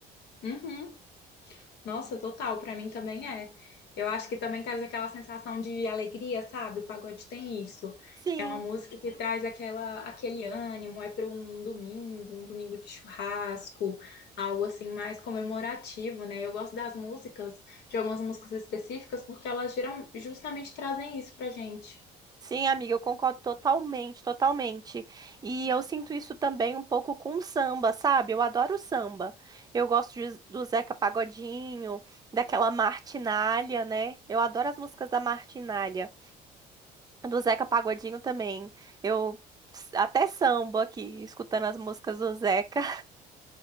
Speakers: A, on the left (about 80°); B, on the right (about 25°).
A: uhum. Nossa, total, pra mim também é. Eu acho que também traz aquela sensação de alegria, sabe? O pagode tem isso.
B: Sim.
A: É uma música que traz aquela, aquele ânimo, é para um domingo, um domingo de churrasco, algo assim mais comemorativo, né? Eu gosto das músicas, de algumas músicas específicas, porque elas geram, justamente trazem isso pra gente.
B: Sim, amiga, eu concordo totalmente, totalmente. E eu sinto isso também um pouco com o samba, sabe? Eu adoro samba. Eu gosto de- do Zeca Pagodinho, daquela Martinália, né? Eu adoro as músicas da Martinália. Do Zeca Pagodinho também. Eu s- até samba aqui, escutando as músicas do Zeca.